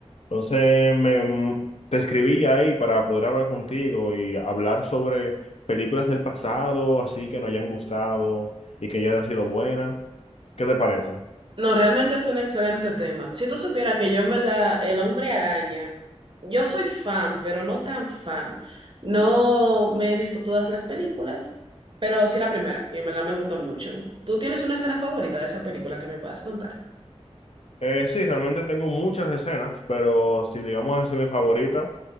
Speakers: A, on the left; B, on the right.
A: Entonces me, mm, te escribí ahí para poder hablar contigo y hablar sobre películas del pasado, así que nos hayan gustado y que ya hayan sido buenas. ¿Qué te parece?
B: No, realmente es un excelente tema. Si tú supieras que yo en verdad, el hombre araña, yo soy fan, pero no tan fan. No me he visto todas las películas, pero sí la primera, y en verdad me gustó mucho. ¿Tú tienes una escena favorita de esa película que me puedas contar?
A: Eh, sí, realmente tengo muchas escenas, pero si digamos así mi favorita,